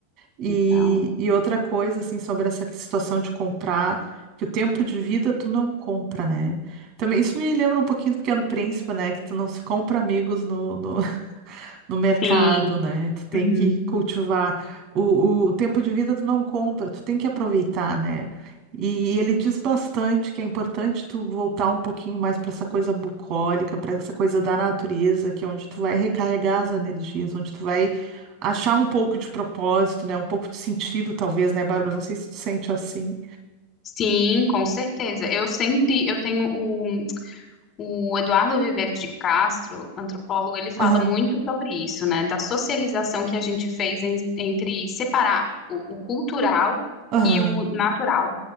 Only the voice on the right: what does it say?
E,
e outra coisa, assim, sobre essa situação de comprar, que o tempo de vida tu não compra, né? Também, isso me lembra um pouquinho do Pequeno Príncipe, né? Que tu não se compra amigos no, no, <laughs> no mercado,
né? Tu tem
que cultivar. O, o tempo de vida tu não compra, tu tem que aproveitar, né? E ele diz bastante que é importante tu voltar um pouquinho mais para essa coisa bucólica, para essa coisa da natureza, que é onde tu vai recarregar as energias, onde tu vai achar um pouco de propósito, né? Um pouco de sentido, talvez, né, Bárbara? Não sei se tu sente assim.
Aham,
aham,